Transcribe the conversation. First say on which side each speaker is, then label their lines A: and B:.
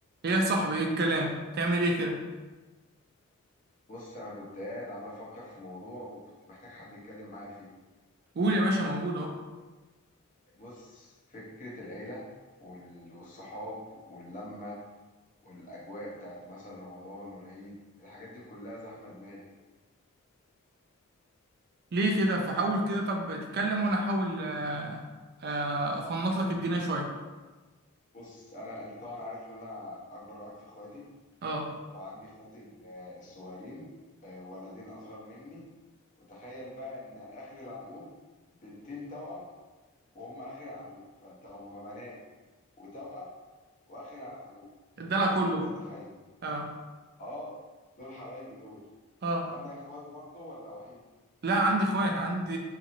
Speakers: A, on the right (about 45°); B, on the left (about 35°).
A: ايه يا صاحبي ايه الكلام تعمل ايه كده
B: بص انا كنت قاعد عمال افكر في موضوع وكنت محتاج حد يتكلم معايا فيه
A: قول يا باشا موجود اهو
B: بص فكرة العيلة وال- والصحاب واللمة والاجواء بتاعت مثلا رمضان والعيد الحاجات دي كلها زحمة دماغي
A: ليه كده فحاول كده طب تتكلم وانا احاول آه، آه، افنط لك الدنيا شويه
B: بص انا انت طبعا عارف ان انا اكبر واحد في اخواتي
A: اه
B: وعندي اخواتي ال- آه، الصغيرين آه، ولدين اصغر مني وتخيل بقى ان اخر العنقود بنتين توأم وهم اخر العنقود فانت هم بنات وتوأم واخر العنقود
A: الدلع
B: لك
A: كله
B: ان تتخيل
A: بقى اه
B: اه دول حبايبي دول
A: اه
B: انت عندك اخوات برضو ولا وحيد
A: لا عندي اخوات عندي